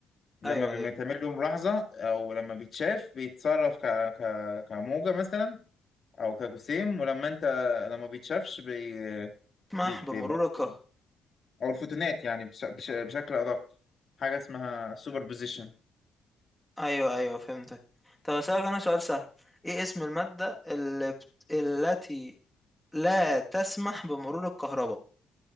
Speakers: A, on the left; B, in the centre.
A: لما
B: أيوه
A: بيتعمل
B: أيوه
A: له ملاحظه او لما بيتشاف بيتصرف ك... ك... كموجه مثلا او كجسيم ولما انت لما بيتشافش بي...
B: اسمح
A: بي... بيبقى
B: بمرور الكهرباء
A: جسيم. او الفوتونات يعني بش... بش... بشكل ادق حاجه اسمها سوبر بوزيشن
B: أيوه أيوه فهمتك طب أسألك أنا سؤال سهل إيه اسم المادة اللي بت... التي لا تسمح بمرور الكهرباء